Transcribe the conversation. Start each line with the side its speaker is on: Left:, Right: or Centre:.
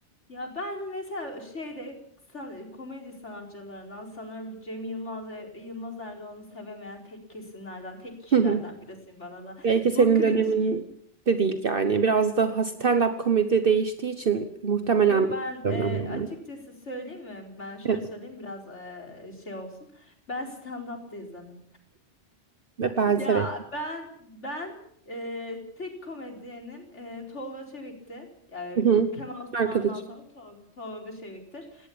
Left: ya ben mesela şeyde san- komedi sanatçılarından sanırım Cem Yılmaz ve Yılmaz Erdoğan'ı sevemeyen tek kesimlerden, tek kişilerden
Right: Hı hı.
Left: birisiyim bana da.
Right: Belki senin
Left: Bu cringe
Right: dönemin de değil yani. Biraz da stand-up komedi değiştiği için muhtemelen
Left: Yok ben
Right: dönem.
Left: e, açıkçası söyleyeyim mi? Ben şöyle
Right: Evet
Left: söyleyeyim biraz e, şey olsun. Ben stand-up da izlemem.
Right: ve ben severim.
Left: Ya ben ben e, tek komedyenim e, Tolga Çevik'ti. Yani
Right: Hı hı.
Left: Kemal Sunal'dan
Right: Arkadaşım.
Left: sonra Tol- Tolga Çevik'tir.